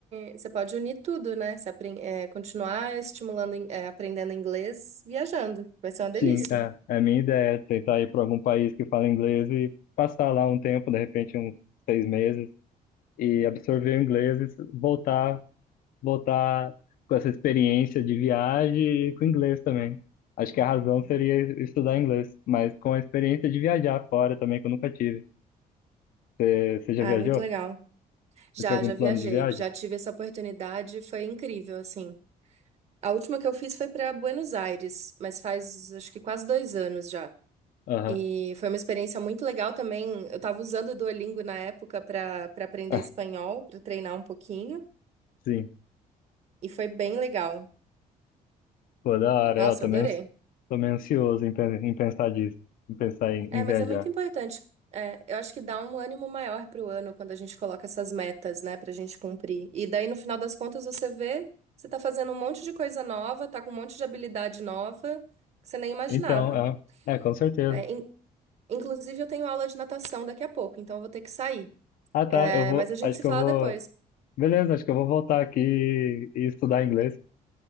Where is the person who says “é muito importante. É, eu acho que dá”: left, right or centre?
Right